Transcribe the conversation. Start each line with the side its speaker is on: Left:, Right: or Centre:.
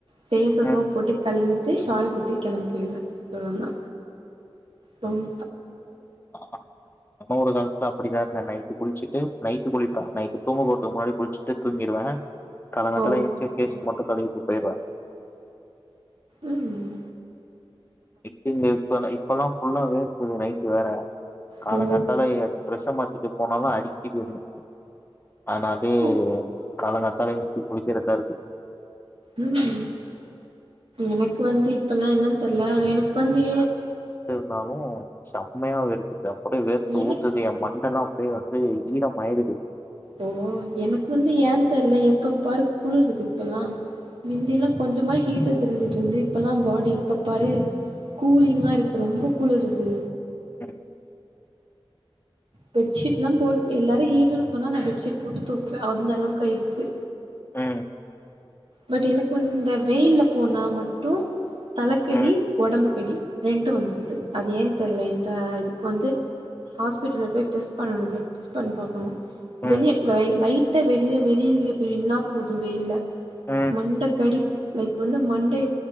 Right: ஃபேஸ்ஸ
Left: ம்
Right: சோப் போட்டு கழுவி ட்டு சால் குத்தி கெளம்பி போய்ருவ இவ்ளோதா பொங்
Left: <inaudible> இன்னூறு காலத்துல அப்டிதா இருந்த நைட்டு குளிச்சுட்டு நைட்டு குளிப்ப நைட்டு தூங்க போறதுக்கு முன்னாடி குளிச்சுட்டு தூங்கிடுவ காளங்காத்தால
Right: ஓ
Left: ஏன்சி ஃபேஸ் மட்டு தடவிட்டு போயிடுவ
Right: உம்
Left: இப் இப் இப்பெல்லா ஃபுல்லா வேர்க்குது நைட்டு வேற காலங்காத்தால
Right: ஓ
Left: பிரெஷ்ஷ மாத்திட்டு போனாலு அடிக்குதுன்னு ஆனதுே
Right: ஓ
Left: காலங்காத்தால ஏன்ச்சி குளக்கிறதா இருக்கு
Right: ம் எனக்கு வந்து இப்பெல்லா என்ன ல்ல எனக்கு வந்து
Left: ந்தாலு செம்மையா வேர்க்குது அப்படியே வேர்த்த
Right: எனக்
Left: ஊத்துது எ மண்ட லா அதே வந்து ஈரம் மாயிறுது
Right: ஓ எனக்கு வந்து ஏன் தெர்ல எப்ப பாரு குளுற்து இப்பெல்லா மிந்தி எல்லா கொஞ்சமா ஹீட் தெரிஞ்சுட்டு இருந்து இப்பெல்லா பாடி எப்ப பாரு கூலிங்கா இருக்கு ரொம்ப குளுருது
Left: ம்
Right: பெட்ஷீட் எல்லா போ எல்லாரு ஹீட்டுன்ன சொன்னா நா பெட்ஷீட் போட்டு தூக்குவே அந்தளவுக் ஆயிடுச்சு
Left: ம்
Right: பட் எனக்கு வந்து இந்த வெயில்ல போனா மட்டு தலக்கெடி
Left: ம்
Right: உடம்புக்கடி ரெண்டு வந்துருது அது ஏன்னு தெர்ல இந்த இதுக்கு வந்து ஹாஸ்பிட்டல போய் டெஸ்ட் பண்ணு பிலட்ஸ் பண்ணி பாக்கணு
Left: ம்
Right: வெளிய லைட்டா வெயி <unintelligible> பெ நின்னா போது வெயில்ல
Left: ம் ம்
Right: மண்ட கடிப் லைக் வந்து மண்டே